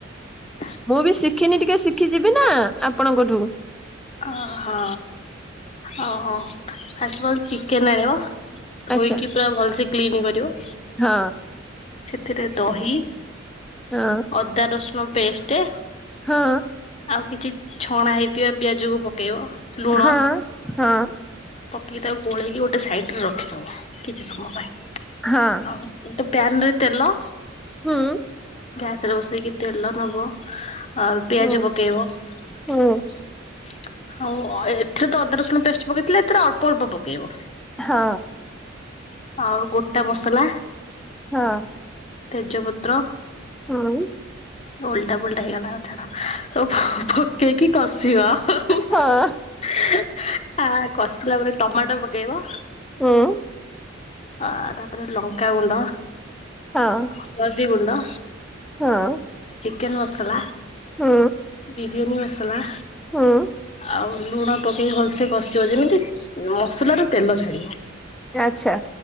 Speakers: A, on the left (about 35°); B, in the centre.
A: <inaudible>
B: ମୁଁ ବି ଶିଖିନି ଟିକେ ଶିଖି ଯିବି ନା ଆପଣଙ୍କଠୁ।
A: ଓହୋ ଓହୋ ଫାଷ୍ଟ ଫଲ ଚିକେନ ଆଣିବ ଧୋଇକି
B: ଆଚ୍ଛା
A: ପୁରା ଭଲସେ କ୍ଲିନ କରିବ
B: ହଁ।
A: ସେଥିରେ ଦହି
B: ହଁ
A: ଅଦା ରସୁଣ ପେଷ୍ଟ
B: ହଁ।
A: ଆଉ କିଛି ଛଣା ହେଇଥିବ ପିଆଜ କୁ ପକେଇବ ଲୁଣ
B: ହଁ ହଁ।
A: ପକେଇକି ତାକୁ ଗୋଳେଇକି ଗୋଟେ ସାଇଡ ରେ ରଖିଦବ କିଛି ସମୟ ପାଇଁ
B: ହଁ ହଁ
A: ଆଉ ଗୋଟେ ପ୍ୟାନରେ ତେଲ
B: ହଁ।
A: ଗ୍ୟାସ ରେ ବସେଇକି ତେଲ ନବ ଆଉ ପିଆଜ
B: ହୁଁ
A: ପକେଇବ ଆଉ
B: ହୁଁ
A: ଅ ଏ ଏଥିରେ ତ ଅଦା ରସୁଣ ପେଷ୍ଟ ପକେଇଥିଲେ ଏଥିରେ ଅଳ୍ପ ଅଳ୍ପ ପକେଇବ
B: ହଁ।
A: ଆଉ ଗୋଟା ମସଲା
B: ହଁ।
A: ତେଜପତ୍ର
B: ହଁ।
A: ଓଲଟା ପୋଲଟା ହେଇଗଲା ଆଉ ଛାଡ଼ ଓ ପ ପକେଇକି କଷିବ ଆ
B: ହଁ
A: କଷିଲା ପରେ ଟମାଟୋ ପକେଇବ।
B: ଉଁ।
A: ଆ ତାପରେ ଲଙ୍କା ଗୁଣ୍ଡ
B: ହଁ
A: ହଳଦୀ ଗୁଣ୍ଡ।
B: ହଁ
A: ଚିକେନ ମସଲା
B: ହୁଁ
A: ବିରିୟାନୀ ମସଲା।
B: ହୁଁ
A: ଆଉ ଲୁଣ ପକେଇ ଭଲସେ କ ଚିବ ଯେମିତି ମସଲା ରୁ ତେଲ ଛାଡିବ।
B: ଆଚ୍ଛା।